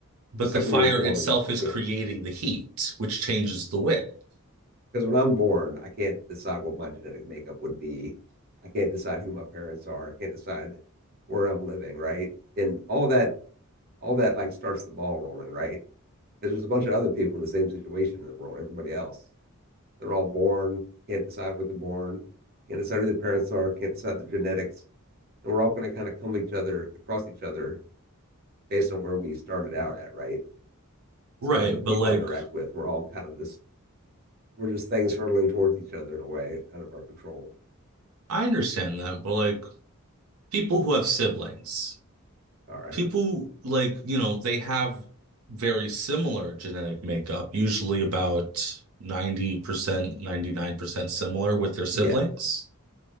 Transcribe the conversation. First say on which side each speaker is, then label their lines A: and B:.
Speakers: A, on the right; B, on the right.
A: but
B: Just
A: the
B: like
A: fire
B: when you're born,
A: itself is
B: because
A: creating the heat, which changes the wind.
B: when I'm born, I can't decide what my genetic makeup would be. I can't decide who my parents are. I can't decide where I'm living, right? And all that all that like starts the ball rolling, right? Because there's a bunch of other people in the same situation in the world. Everybody else, they're all born, can't decide where they're born, can't decide who their parents are, can't decide their genetics, and we're all going to kind of come each other across each other based on where we started out at, right?
A: Right,
B: So like the people
A: but like
B: I interact with, we're all kind of just we're just things hurtling towards each other in a way out of our control.
A: I understand that, but like people who have siblings,
B: All right,
A: people like, you know, they have very similar genetic makeup, usually about 90%, 99% similar with their siblings.
B: yeah.